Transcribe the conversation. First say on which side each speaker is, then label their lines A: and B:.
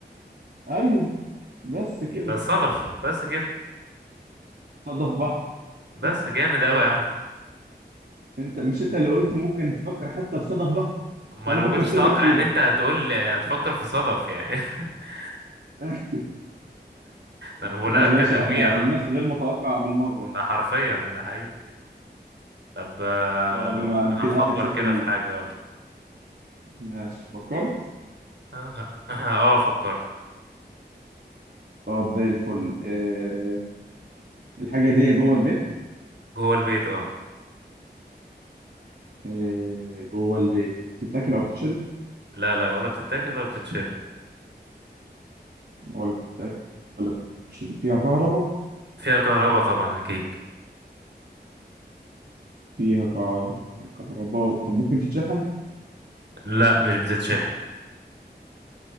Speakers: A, on the right; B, on the right.
A: ايوه بس كده
B: يبقى الصدف بس كده
A: صدف بحر
B: بس
A: <laughs>
B: جامد أوي يا عم
A: انت مش انت اللي قلت ممكن تفكر حتى في صدف بحر
B: ما
A: فانا
B: انا
A: فكرت
B: ما انت كنتش بتكسب
A: لك
B: اتوقع
A: فيها
B: ان الفكره
A: بقى
B: انت هتقول هتفكر في صدف يعني <laughs>
A: <laughs>
B: ده انا بقول
A: لا
B: لك
A: يا باشا
B: كتمويه
A: احنا
B: يا راجل
A: الناس غير متوقعة بالمرة
B: ده حرفيا ده حقيقي طب آه،
A: طب
B: انا
A: يا معلم كده
B: هفكر
A: واحد صفر
B: كده
A: ليك
B: في حاجه يلا
A: ماشي فكرت
B: <laughs> اه آه، فكرت
A: طب زي الفل آه، الحاجه دي جوه البيت
B: جوه البيت اه
A: آه، جوه البيت بتتاكل او بتتشرب
B: لا لا ولا بتتاكل ولا بتتشرب
A: ولا بتتاكل ولا بتتشرب فيها كهرباء
B: فيها كهرباء طبعا اكيد
A: فيها كه- كهرباء طب ممكن تتشحن
B: لا مش بتتشحن